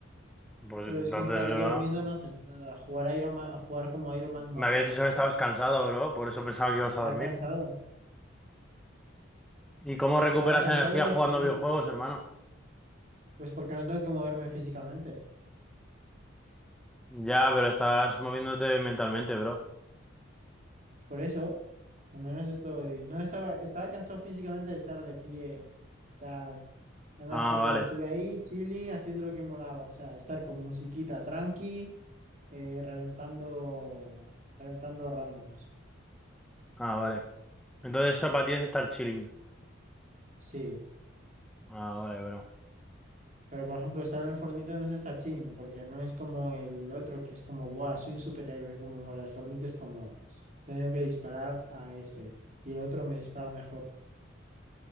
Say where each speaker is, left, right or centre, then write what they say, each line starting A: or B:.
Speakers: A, in the centre; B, on the right.
A: Pues
B: Pero
A: entonces,
B: es que estar
A: bro,
B: dormido no haces nada. Jugar a Iron Man- jugar como Iron Man mola
A: me habías
B: más.
A: dicho que estabas cansado, bro, por eso pensaba que ibas
B: Estaba
A: a dormir.
B: cansado.
A: ¿Y cómo recuperas
B: Estaba cansado
A: energía
B: del accidente.
A: jugando videojuegos, hermano?
B: Pues porque no tengo que moverme físicamente.
A: Ya, pero estás moviéndote mentalmente, bro.
B: Por eso... Al menos estoy, no estaba, estaba cansado físicamente de estar de pie, tal. Además
A: Ah,
B: que luego
A: vale,
B: estuve ahí chilling, haciendo lo que molaba, o sea, estar con musiquita tranqui, eh, reventando, reventando randoms.
A: ah, vale. Entonces eso para ti es estar chilling.
B: Sí,
A: Ah, vale, bro.
B: pero por ejemplo estar en el Fortnite no es estar chilling, porque no es como el otro que es como, guau soy un superhéroe, como mola. El Fortnite es como, tengo que disparar a ese y el otro me dispara mejor,